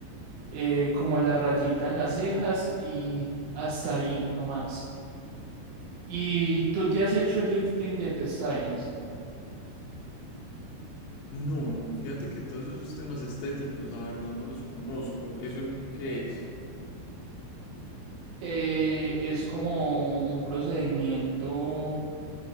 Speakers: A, on the right (about 80°); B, on the left (about 85°).
A: eh, como la rayita en las cejas y hasta ahí nomás. ¿Y tú te has hecho lifting de pestañas?
B: No, fíjate que todos esos temas estéticos, la verdad no los conozco. ¿Eso qué es?
A: eh, es como un procedimiento